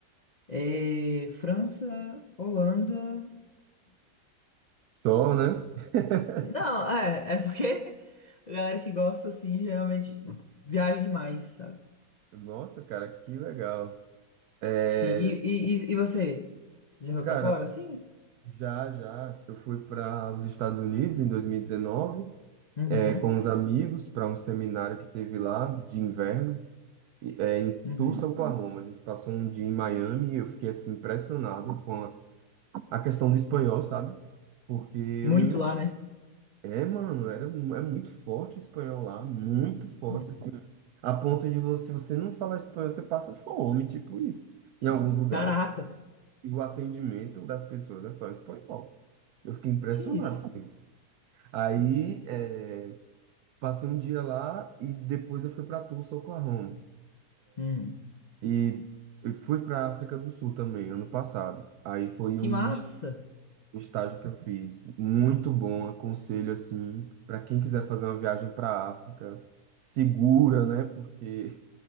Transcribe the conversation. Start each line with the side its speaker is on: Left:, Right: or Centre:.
Left: eh, França, Holanda.
Right: Só, né? <laughs>
Left: Não, é, é porque a galera que gosta, assim, geralmente viaja demais, sabe?
Right: Nossa, cara, que legal. É,
Left: Sim, e, e, e e você? Já foi
Right: Cara,
Left: pra fora? Sim.
Right: já, já, eu fui para os Estados Unidos em 2019.
Left: Uhum,
Right: é, com os amigos para um seminário que teve lá de inverno, e- é, em
Left: uhum.
Right: Tulsa, Oklahoma. A gente passou um dia em Miami e eu fiquei assim impressionado com a, a questão do espanhol, sabe? Porque eu
Left: Muito
Right: não. ima-
Left: lá, né?
Right: É, mano, era, mu- é muito forte o espanhol lá, muito forte,
Left: Uhum.
Right: assim. A ponto de você, se você não falar espanhol, você passa fome, tipo isso, em alguns lugares.
Left: Caraca,
Right: E o atendimento das pessoas é só em espanhol. Eu fiquei impressionado
Left: que isso?
Right: com isso. Aí, é, Passei um dia lá e depois eu fui para Tulsa, Oklahoma.
Left: Uhum.
Right: E eu fui para África do Sul também, ano passado. Aí foi
Left: Que
Right: um
Left: massa!
Right: es- um estágio que eu fiz, muito bom, aconselho assim, para quem quiser fazer uma viagem para a África, segura, né? Porque